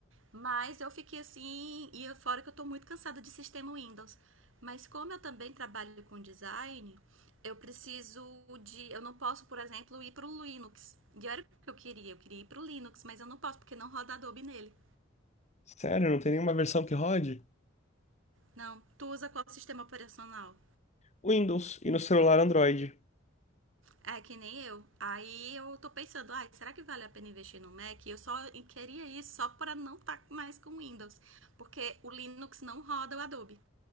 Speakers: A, on the right; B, on the left.
A: Mas eu fiquei assim, e fora que eu tô muito cansada de sistema Windows. Mas como eu também trabalho com design, eu preciso de. Eu não posso, por exemplo, ir pro Linux. E era o que eu queria, eu queria ir pro Linux, mas eu não posso porque não roda Adobe nele.
B: Sério, não tem nenhuma versão que rode?
A: Não, tu usa qual sistema operacional?
B: Windows e no celular Android.
A: É que nem eu. Aí eu tô pensando, ai, será que vale a pena investir no Mac? Eu só queria isso só para não estar mais com Windows, porque o Linux não roda o Adobe.